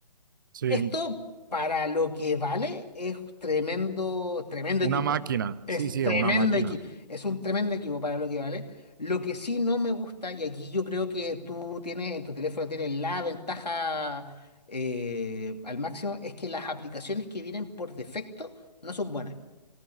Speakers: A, on the right; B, on the left.
A: sí,
B: Esto, para lo que vale, es tremendo, tremendo
A: una
B: equipo.
A: máquina.
B: Es
A: Sí, sí,
B: tremendo
A: es una máquina.
B: equipo. Es un tremendo equipo para lo que vale. Lo que sí no me gusta, y aquí yo creo que tú tienes, en tu teléfono tienes la ventaja eh, al máximo, es que las aplicaciones que vienen por defecto no son buenas.